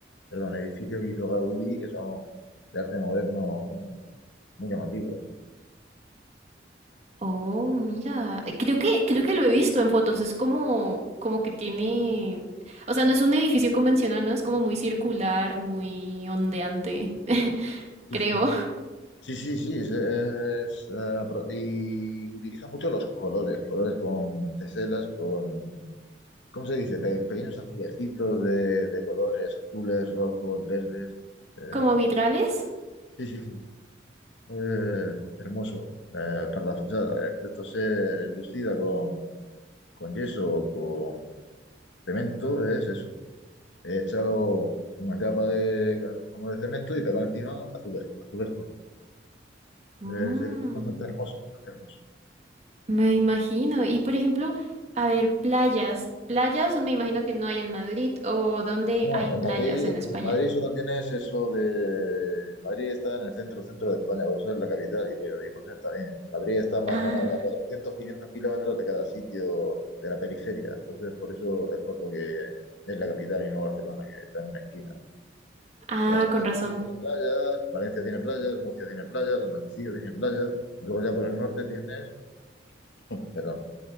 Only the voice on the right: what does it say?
Oh, mira. Eh, Creo que, creo que lo he visto en fotos. Es como, como que tiene. O sea, no es un edificio convencional, ¿no? Es como muy circular, muy ondeante. <laughs>
Creo.
¿Como vitrales?
Mm.
Me imagino. Y por ejemplo, a ver, playas. Playas me imagino que no hay en Madrid o dónde
hay
playas
en
España.
Ah,
ah,
con razón.